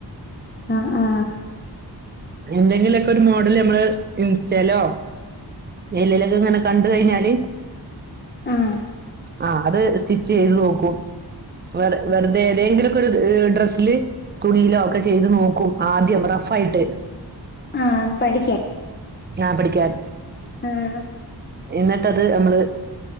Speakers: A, on the left (about 25°); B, on the right (about 25°).
A: ആഹ് ആഹ്.
B: എന്തെങ്കിലുമൊക്കെ ഒരു മോഡൽ നമ്മള് ഇൻസ്റ്റാലോ.? ഏലേലകേ ങ്ങനെ കണ്ട് കഴിഞ്ഞാല്
A: ആഹ്
B: ആ അത് സ്റ്റിച്ച് ചെയ്ത് നോക്കും. വെ വെറുതെ ഏതെങ്കിലൊക്കെ ഒരു ഡ്രസ്സില് തുണിയിലോ ഒക്കെ ചെയ്ത് നോക്കും ആദ്യം റഫ് ആയിട്ട്.
A: ആ പഠിക്കാൻ
B: ആ പഠിക്കാൻ
A: ആഹ്.
B: എന്നിട്ട്ത് നമ്മള്